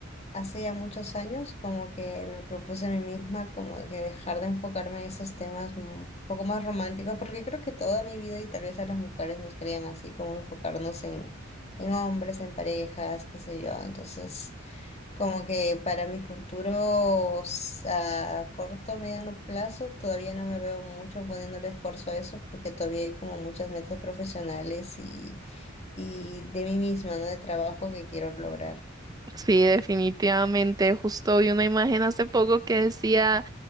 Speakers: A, on the left (about 30°); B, on the right (about 20°).
A: hace ya muchos años como que me propuse a mí misma como que dejar de enfocarme en esos temas mu- un poco más románticos, porque creo que toda mi vida y tal vez a las mujeres nos creían así, como enfocarnos en, en hombres, en parejas, qué sé yo. Entonces... Como que para mis futuros a corto, mediano plazo, todavía no me veo mucho poniéndole esfuerzo a eso porque todavía hay como muchas metas profesionales y, y de mí misma, ¿no? De trabajo que quiero lograr.
B: Sí, definitivamente. Justo vi una imagen hace poco que decía